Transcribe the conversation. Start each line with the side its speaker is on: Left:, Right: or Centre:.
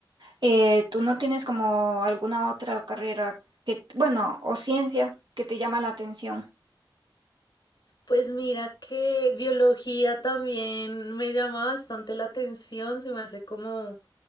Right: Eh, ¿tú no tienes como alguna otra carrera que, bueno, o ciencia que te llama la atención?
Left: Pues mira que biología también me llama bastante la atención, se me hace como